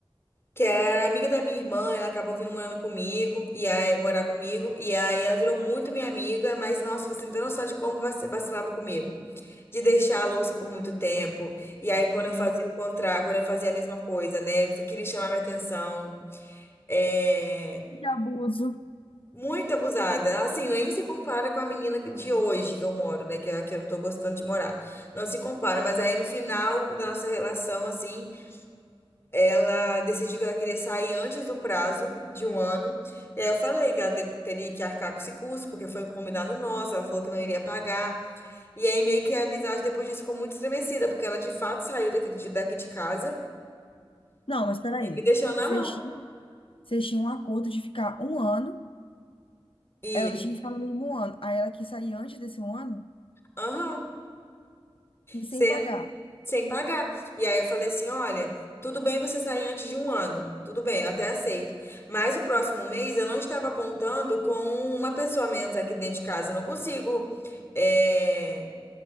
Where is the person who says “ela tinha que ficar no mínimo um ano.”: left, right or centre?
Left